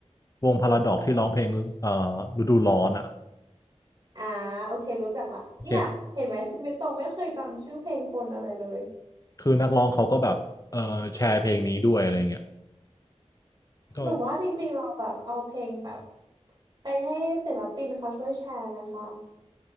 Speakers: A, on the left; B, on the right.
A: วงพาราดอกที่ร้องเพลงเอ่อฤดูร้อนอ่ะ
B: อ่าโอเครู้จักละเนี่ยเห็นไหมชีวิตตรงไม่เคยจำชื่อเพลงคนอะไรเลย
A: โอเคนะคือนักร้องเขาก็แบบเอ่อแชร์เพลงนี้ด้วยอะไรเงี้ยก็
B: หรือว่าจริงๆเราแบบเอาเพลงแบบไปให้ศิลปินเขาช่วยแชร์ไหมคะ